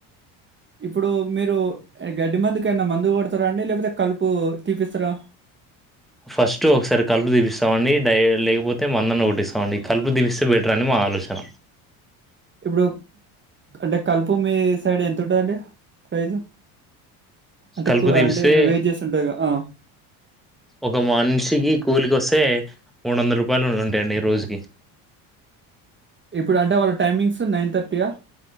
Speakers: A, on the right (about 25°); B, in the centre.
A: ఇప్పుడూ మీరూ ఏ గడ్డి మందుకైనా మందుగొడతారా అండి లేపోతే కలుపు తీపిస్తారా
B: ఫస్ట్ ఒకసారి కలుపు దిపిస్తాంమండి డైలీ లేకపోతే మందన్న కొట్టిస్తామండి కలుపు దిపిస్తే బెటర్ అని మా ఆలోచన
A: ఇప్పుడు అంటే కలుపు మీ సైడ్ ఎంతుంటాదండి ప్రైజు అంటే
B: కలుపు
A: కు
B: తీపిస్తే
A: అంటే ఇప్పుడు వేజెస్ ఉంటాయిగా ఆ
B: ఒక మనిషికి కూలికొస్తే మూడు వందల రూపాయలు ఉంటాయండి ఈ రోజుకి
A: ఇప్పుడు అంటే వాళ్ టైమింగ్స్ నైన్ ధర్టీయా